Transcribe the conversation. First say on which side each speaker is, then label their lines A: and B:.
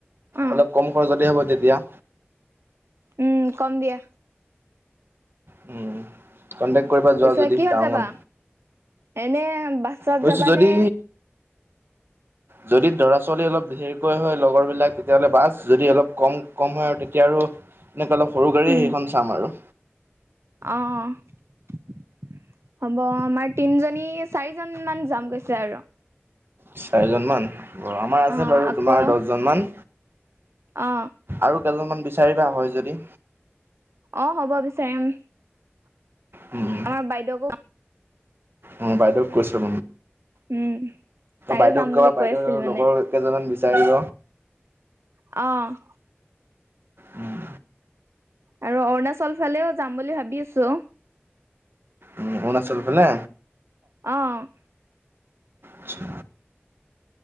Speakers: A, on the right; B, on the right.
A: অ
B: অলপ কম খৰচতে হ'ব তেতিয়া।
A: উম, ক'ম দিয়া।
B: উম। কণ্টেক কৰিবা। যোৱা
A: পিছে
B: যদি
A: কিহত
B: টাৱাঙত
A: যাবা, এনে বাছত
B: কৈছো
A: যাবানে?
B: যদি যদি লৰা-ছোৱালী অলপ বেছি হেৰি কৰে হয়, লগৰ বিলাক। তেতিয়াহ'লে বাছ, যদি অলপ কম- কম- হয়, আৰু তেতিয়া আৰু এনেকৈ অলপ সৰু গাড়ীয়ে
A: উম
B: সেইখন চাম আৰু।
A: অ', হ'ব আমাৰ তিনিজনী চাৰিজনমান যাম কৈছে আৰু।
B: চাৰিজন মান অ', আমাৰ আছে
A: অ
B: বাৰু
A: আকৌ
B: তোমাৰ দহজন মান।
A: অ
B: আৰু কেইজনমান বিচাৰিবা হ'য় যদি।
A: অ', হ'ব বিচাৰিম।
B: উম।
A: আমাৰ বাইদেউকো
B: অ', বাইদেউক কৈছোঁ।
A: উম তাইও
B: বাইদেউক
A: যাম বুলি
B: কৰা
A: কৈ
B: বাইদেউ
A: আছিল মানে
B: লগৰ কেইজনমান বিচাৰিব।
A: অ'।
B: উম।
A: আৰু অৰুণাচল ফালেও যাম বুলি ভাবি আছোঁ।
B: উম, অৰুণাচল ফালে।
A: অ'।
B: আছা।